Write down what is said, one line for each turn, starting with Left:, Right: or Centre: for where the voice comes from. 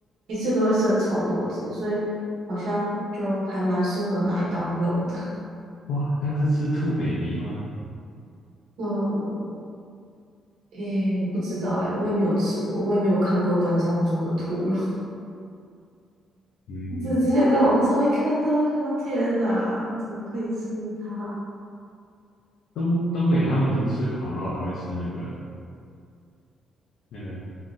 Right: 一次都会生超多只，所以好像就还蛮适合拿来当肉的。<laughs>
Left: 哇，它是吃兔 baby 吗？
Right: 嗯，诶，我不知道诶，我也没有吃过，我也没有看过端上桌的兔肉，
Left: 嗯，
Right: <laughs> 只之前在网络上会看到，想天呐，你怎么可以吃它？
Left: 东东北他们能吃烤肉，还会吃那个那个